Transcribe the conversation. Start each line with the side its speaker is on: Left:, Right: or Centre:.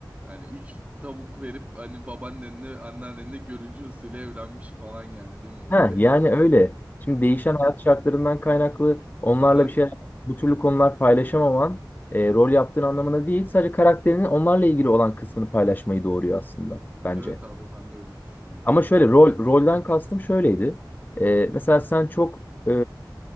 Right: yani üç tavuk verip hani babaannenle anneannenle görücü usulü evlenmiş falan yani değil mi
Left: Ha,
Right: böyle?
Left: yani öyle. Şimdi değişen
Right: <laughs>
Left: hayat şartlarından kaynaklı onlarla
Right: Aha.
Left: bir şeyler, bu türlü konular paylaşamaman e, rol yaptığın anlamına değil, sadece karakterinin onlarla ilgili olan kısmını paylaşmayı doğuruyor aslında bence.
Right: Evet abi ben de öyle düşünüyorum
Left: Ama
Right: yani.
Left: şöyle rol rolden kastım şöyleydi. E, mesela sen çok e,